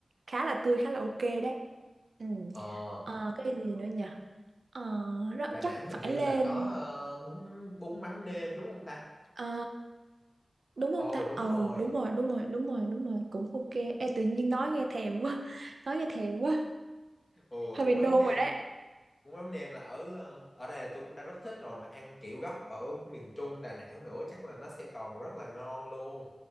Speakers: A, on the right (about 70°); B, on the left (about 30°).
A: khá là tươi khá là ok đấy ừ.
B: Ờ,
A: Ờ, cái gì nữa nhỉ Ờ, rất
B: Đà Nẵng
A: chắc
B: hình
A: phải
B: như
A: lên
B: là có ờ, bún bún mắm nêm đúng không ta?
A: à, đúng không
B: Ồ
A: ta?
B: đúng
A: Ừ,
B: rồi.
A: đúng rồi, đúng rồi, đúng rồi, đúng rồi, cũng ok. Ê, tự nhiên nói nghe thèm quá, <laughs> nói nghe thèm quá,
B: Ồ
A: hơi
B: bún
A: bị nôn
B: mắm nêm,
A: rồi đấy.
B: bún mắm nêm là ở ờ, ở đây là tôi cũng đã rất thích rồi mà ăn kiểu gốc ở miền Trung Đà Nẵng nữa chắc là nó sẽ còn rất là ngon luôn.